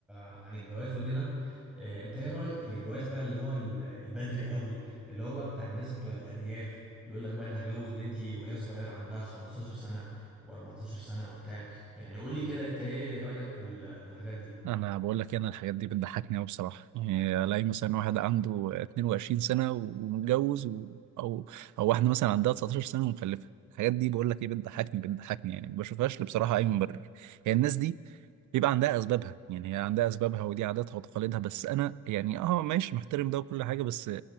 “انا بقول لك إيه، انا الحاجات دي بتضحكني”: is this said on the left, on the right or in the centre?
Right